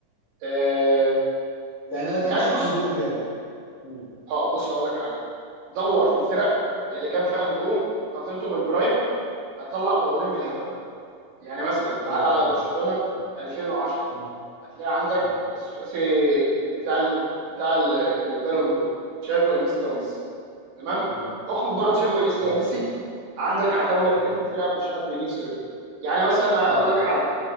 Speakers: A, on the right; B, on the left.
A: آه،
B: يعني انا
A: يعني
B: ده مثلا
A: بص
B: عندي له اجابه مم.
A: اه بص هقول لك حاجه دور في الفرق اللي كان فيها نجوم في فترتهم البرايم هتطلع مظالم بالهبل يعني مثلا
B: ايوه
A: تعالى على
B: فاهم
A: برشلونه
B: قصدي مم.
A: 2010
B: مم.
A: هتلاقي عندك
B: مم.
A: الثلاثي بتاع ال... بتاع ال- البالون دور تشافي وانيستا وميسي تمام
B: مم.
A: اخرج بره تشافي وانيستا
B: تمام
A: وميسي عندك عتاوله
B: مم.
A: كتير في الفرقه ما فيش حد بيجيب سيرتها يعني مثلا
B: مم.
A: اقول لك حاجه